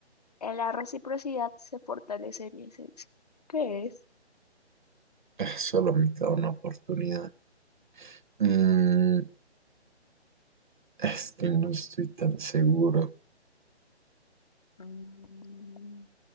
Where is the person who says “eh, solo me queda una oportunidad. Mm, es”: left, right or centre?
Right